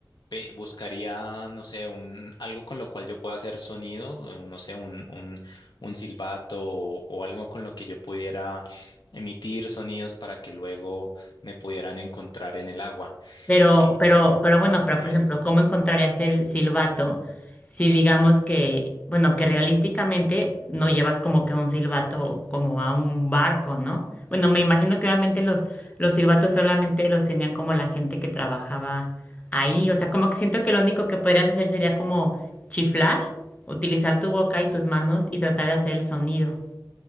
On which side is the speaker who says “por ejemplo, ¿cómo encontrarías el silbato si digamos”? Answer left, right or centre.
Left